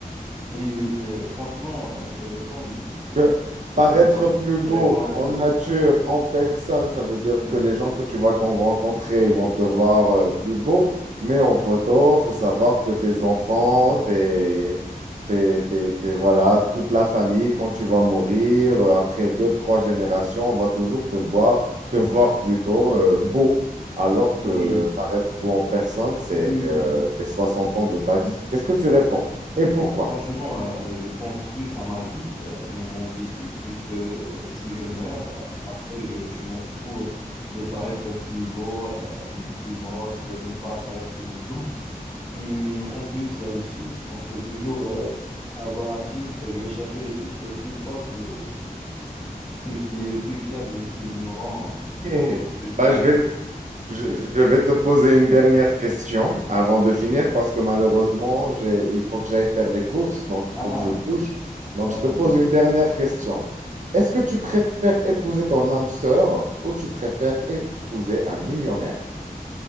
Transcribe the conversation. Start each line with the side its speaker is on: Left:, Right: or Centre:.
Centre: Oui, oui, c'est- franchement, euh, ça dépend du
Right: que
Centre: ce qui,
Right: paraître
Centre: qui,
Right: plus beau
Centre: qui répond à la
Right: en
Centre: question.
Right: nature, en personne, ça veut dire
Centre: Mm,
Right: que les gens que tu vas con- rencontrer, ils vont te voir euh, plus beau. Mais en photo, faut savoir que tes enfants, tes, tes, tes- tes- voilà, toute la famille, quand tu vas mourir, euh, après deux, trois générations, on va toujours te voir, te voir plutôt euh, beau. Alors que
Centre: Oui,
Right: paraître beau en personne, c'est
Centre: oui,
Right: euh,
Centre: oui. Mm.
Right: les 60 ans de ta vie. Qu'est-ce que tu réponds? Et pourquoi?
Centre: Franchement, euh, je pense plus à ma vie, euh, mon, mon vécu, plus que euh, si je meurs. euh, Après, je, je m'en fous euh, de paraître plus beau, euh, plus moche, euh, ne pas apparaître du tout. Hmm, en plus, il y a les filtres. On peut toujours euh, avoir un filtre. Je vais chercher le filtre le plus proche de, <laughs> qui est le plus fiable, qui me rend beau
Right: <laughs>
Centre: comme je suis
Right: Bah,
Centre: en
Right: je vais
Centre: vrai.
Right: Je,
Centre: Oui.
Right: je vais te poser une dernière question avant de finir parce que malheureusement, j'ai- il faut que j'aille faire des courses, donc il
Centre: Ah,
Right: faut que je bouge. Donc,
Centre: d'accord.
Right: je te pose une dernière question. Est-ce que tu préfères épouser ton âme sœur ou tu préfères épouser un millionnaire?